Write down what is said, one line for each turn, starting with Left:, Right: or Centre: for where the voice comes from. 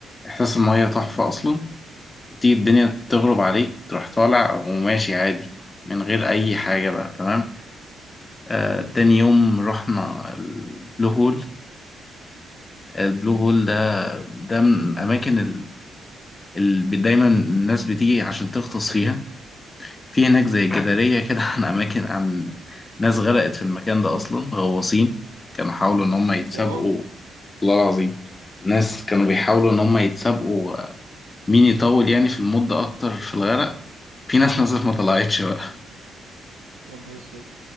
Left: إحساس المية تحفة أصلا تيجي الدنيا تغرب عليك تروح طالع وماشي عادي من غير أي حاجة بقى تمام آه،
Right: امم
Left: تاني يوم رحنا البلو هول البلو هول ده ده من الأماكن ال- اللي دايما الناس بتيجي عشان تغطس فيها في هناك زي جدارية كده <laughs> عن أماكن عن ناس غرقت في المكان ده أصلا غواصين كانوا حاولوا إن هم يتسابقوا
Right: يا راجل
Left: والله العظيم ناس كانوا بيحاولوا إن هم يتسابقوا مين يطول يعني في المدة أكتر في الغرق في ناس نزلت ما طلعتش بقى
Right: يا نهار اسود